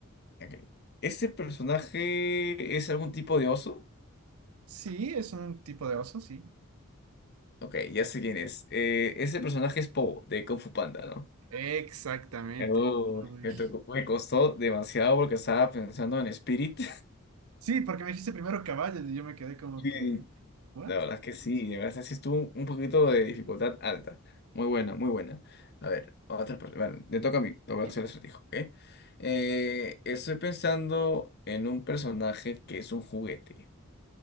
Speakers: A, on the left; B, on the right.
A: Ok. Ese personaje es algún tipo de oso.
B: Sí, es un tipo de oso, sí.
A: Ok, ya sé quién es. Eh, ese personaje es Po, de Kung Fu Panda, ¿no?
B: Exactamente.
A: Oh,
B: Muy, muy bien.
A: me tocó- me costó demasiado porque estaba pensando en Spirit.
B: Sí, porque me dijiste primero caballos y yo me quedé como
A: <laughs>
B: que, ¿what?
A: La verdad es que sí,
B: Sí, sí.
A: de verdad sí estuvo un poquito de dificultad alta. Muy buena, muy buena. A ver, otra persona. Bueno, le toca a mí, te voy
B: Y-
A: a hacer el acertijo, ¿ok? Eh, estoy pensando en un personaje que es un juguete.